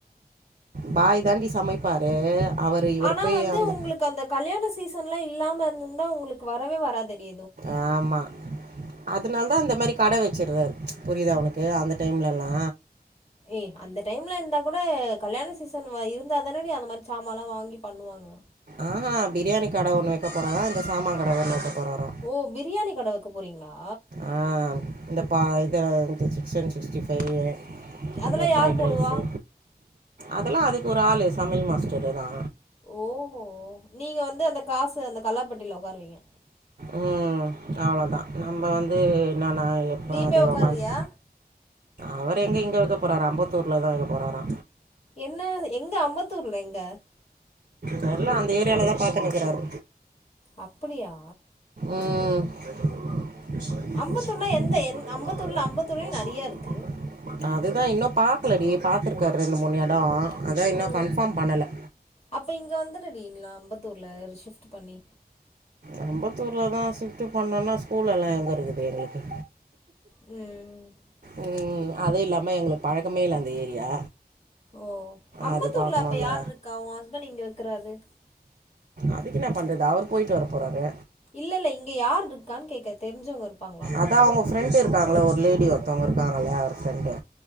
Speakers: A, on the right; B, on the left.
A: பாய் தாண்டி சமைப்பாரு அவரு இவரு
B: ஆனா
A: போய்
B: வந்து
A: அந்த
B: உங்களுக்கு அந்த கல்யாண சீசன்லா இல்லாம இருந்துருந்தா உங்களுக்கு வரவே வராதேடி
A: ஆமா அதுனால தா இந்த மாரி கட வச்சிர்றாரு புரியுதா உனக்கு அந்த டைம்லல்லா
B: ஏ அந்த டைம்ல இருந்தா கூட கல்யாண சீசன் இருந்தாதான டி அந்த மாரி சாமான்ல்லா வாங்கி பண்ணுவாங்க
A: ஆ பிரியாணி கட ஒன்னு வைக்க போறாரா இந்த சாமா கட ஒன்னு வைக்க போறாரா
B: ஓ பிரியாணி கட வைக்க போறீங்களா
A: ஆ இந்த பா இத இந்த சிக்கன் சிக்ஸ்டி ஃபைவ்
B: அதெல்லா
A: இந்த ஃப்ரைட்
B: யார் போடுவா
A: ரைஸ்ஸு அதெல்லா அதுக்கு ஒரு ஆளு சமையல் மாஸ்டர்தா
B: ஓஹோ நீங்க வந்து அந்த காசு அந்த கல்லாப்பெட்டில ஒக்காருவீங்க
A: ம் அவ்வளதா நம்ப வந்து இன்னு நா எப்ப
B: நீ போய்
A: அது
B: உக்காருவியா
A: ஒக்காந்து அவரு எங்க இங்க வைக்க போறாரு அம்பத்தூர்லதா வைக்க போறாரா
B: என்ன எங்க அம்பத்தூர்ல எங்க
A: தெரில அந்த ஏரியால தா பாத்துன்னு இக்குறாரு
B: அப்டியா
A: ம் விவசாயி
B: அம்பத்தூர்னா
A: பசிப்பா
B: எந்த எந்
A: பட் எங்களால
B: அம்பத்தூர்ல அம்பத்தூர்லயே
A: நோ
B: நெறையா
A: சொல்ல விருப்போ
B: இருக்கு
A: இல்ல அதுதா இன்னு பாக்கலடி பாத்துருக்காரு ரெண்டு மூணு எடோ அதா இன்னு
B: ம்
A: கன்ஃபார்ம் பண்ணல
B: அப்ப இங்க வந்துருடி இங்க அம்பத்தூர்ல ஷிஃப்ட் பண்ணி
A: அம்பத்தூர்ல தா ஷிஃப்ட் பண்ணோன்னா ஸ்கூல் எல்லா எங்க இருக்குது எங்களுக்கு
B: ம்
A: ம் அதுவு இல்லாம எங்களுக்கு பழக்கமே இல்ல அந்த ஏரியா
B: ஓ அம்பத்தூர்ல
A: அது பார்க்கணும்ல
B: அப்ப யார் இருக்கா ஒ ஹஸ்பண்ட் இங்க வக்கிறாரு
A: அதுக்கு என்ன பண்றது அவரு போயிட்டு வர போறாரு
B: இல்ல இல்ல இங்க யார் இருக்கான் கேக்கே தெரிஞ்சவங்க இருப்பாங்களா
A: அதா அவுங்க ஃப்ரெண்டு இருக்காங்கள ஒரு லேடி ஒருத்தவங்க இருக்காங்கஇல்லயா அவரு ஃப்ரெண்டு